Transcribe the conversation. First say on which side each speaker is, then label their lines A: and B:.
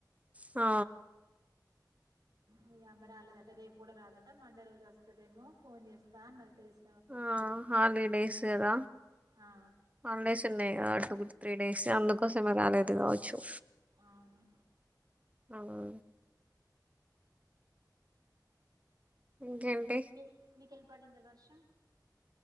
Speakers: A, on the right (about 20°); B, on the right (about 70°).
A: ఆ
B: మీ అమ్మ రాలేదట రేపు కూడా రాదట మండే రోజు వస్తదేమో ఫోన్ చేస్తా అన్నది తెల్స్
A: ఆ హాలిడేస్ కదా
B: ఆ
A: హాలిడేస్ ఉన్నాయి కదా టూ త్రీ డేస్ అందుకోసమే
B: అ
A: రాలేదు కావచ్చు.
B: అవును
A: అవును ఇంకేంటి
B: మి మీకెళ్ళి పడింద వర్షం